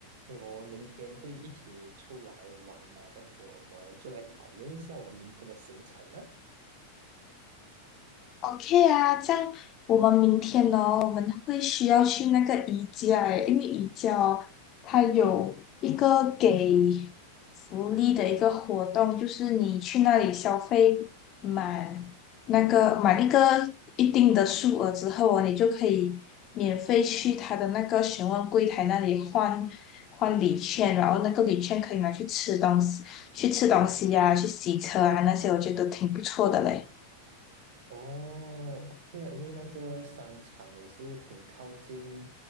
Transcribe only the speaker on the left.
OK 啊，这样我们明天呢，我们会需要去那个宜家诶，因为宜家哦，它有一个给福利的一个活动，就是你去那里消费满那个满一个一定的数额之后哦，你就可以免费去它的那个询问柜台那里换换礼券，然后那个礼券可以拿去吃东西，去吃东西呀、去洗车啊那些，我觉得挺不错的嘞。